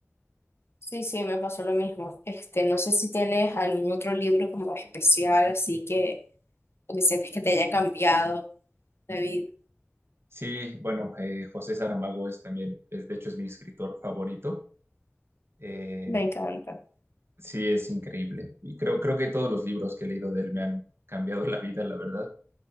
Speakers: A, on the left; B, on the right.
A: Sí, sí, me pasó lo mismo. Este, no sé si tienes algún otro libro como especial, así que, o que sientes que te haya cambiado la vida.
B: Sí, bueno, eh, José Saramago es también, es, de hecho es mi escritor favorito. Eh,
A: Me encanta.
B: sí, es increíble. Y creo, creo que todos los libros que he leído de él me han cambiado <laughs> la vida, la verdad.